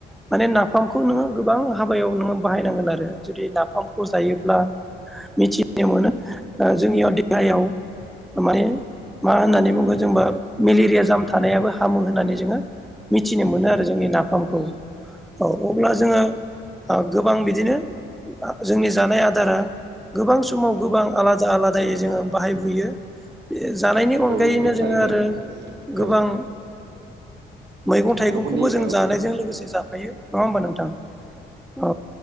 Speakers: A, in the centre; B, on the right.
A: माने नाफामखौ नोङो गोबां हाबायाव नोङो बाहायनांगोन आरो जुदि नाफामखौ जायोब्ला मिथिनो मोनो। निय देहायाव माने मा होननानै बुङो जोंबा मेलेरिया जाम थानायाबो हामो होननानै जों मिथिनो मोनो आरो जोंनि नाफामखौ औ अब्ला जोङो ओ गोबां बिदिनो जोंनि जानाय आदारा गोबां समाव गोबां आलादा आलादायै जोङो बाहायबोयो बे जानायनि अनगायैनो
B: नंगौ
A: जोङो
B: थारैनो
A: आरो गोबां
B: औ
A: मैगं थाइगंखौबो
B: बर'फोरनि
A: जों
B: औ
A: जानायजों लोगोसे जाफायो नङा होमबा नोंथां। औ